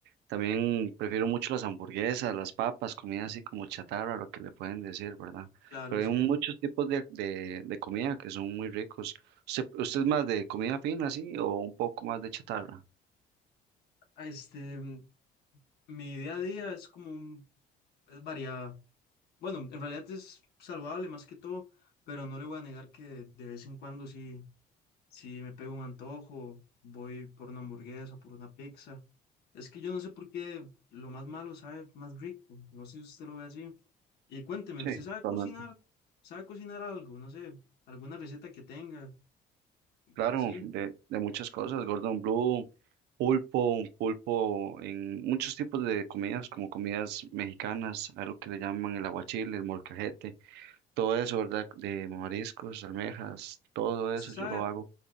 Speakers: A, on the right; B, on the left.
A: También prefiero mucho las hamburguesas, las papas, comida así como chatarra, lo que le pueden decir, ¿verdad?
B: Claro,
A: Pero
B: sí.
A: hay muchos tipos de, de, de comida que son muy ricos. ¿Usted, usted es más de comida fina, sí, o un poco más de chatarra?
B: Este, mi día a día es como un, es variada. Bueno, en realidad es saludable más que todo, pero no le voy a negar que de, de vez en cuando sí, sí me pego un antojo, voy por una hamburguesa, por una pizza. Es que yo no sé por qué lo más malo sabe más rico, no sé si usted lo ve así. Y cuénteme,
A: Sí,
B: ¿usted sabe
A: totalmente.
B: cocinar? ¿Sabe cocinar algo? No sé, alguna receta que tenga,
A: Claro,
B: así.
A: de, de muchas cosas, Gordon Blue, pulpo, pulpo en muchos tipos de comidas, como comidas mexicanas, algo que le llaman el aguachile, el molcajete, todo eso, ¿verdad? De mariscos, almejas, todo
B: ¿Usted
A: eso
B: sabe,
A: yo lo hago.